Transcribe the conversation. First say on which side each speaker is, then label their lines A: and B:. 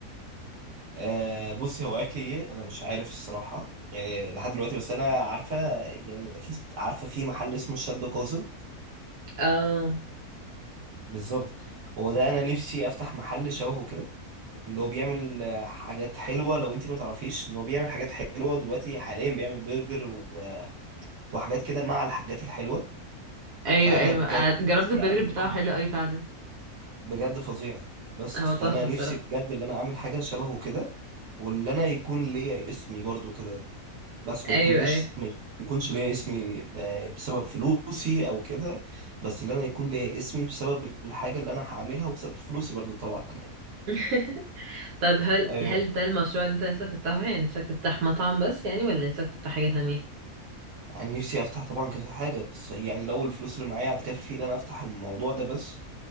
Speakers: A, on the right (about 55°); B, on the right (about 85°).
A: آه بصي هو اكل ايه انا مش عارف الصراحه يعني لحد دلوقتي بس انا عارفه يعني اكيد عارفه في محل اسمه الشاب كاظم
B: اه
A: بالظبط هو ده انا نفسي افتح محل شبهه كده اللي هو بيعمل آه، حاجات حلوه لو انت ما تعرفيش ان هو بيعمل حاجات حلوه دلوقتي حاليا بيعمل برجر و- وحاجات كده مع الحاجات الحلوه
B: ايوه
A: فانا
B: ايوه
A: بجد
B: جربت
A: نفسي
B: البرجر
A: اعمل
B: بتاعه
A: حاجه
B: حلو قوي فعلا
A: بجد فظيعه بس
B: هو تحفة
A: فانا نفسي
B: الصراحة
A: بجد ان انا اعمل حاجه شبهه كده واللي انا يكون ليا اسمي برضو كده بس
B: ايوه
A: ما يكونش
B: ايوه
A: ما يكونش ليا اسمي آه، بسبب فلوسي او كده بس اللي انا يكون ليا اسمي بسبب الحاجه اللي انا هعملها وبسبب فلوسي برضو طبعا يعني.
B: <laughs> طب هل
A: ايوه
B: هل ده المشروع اللي انت نفسك تفتحه يعني نفسك تفتح مطعم بس يعني ولا نفسك تفتح حاجة تانية
A: يعني نفسي افتح طبعا كذا حاجه بس يعني لو الفلوس اللي معايا هتكفي ان انا افتح الموضوع ده بس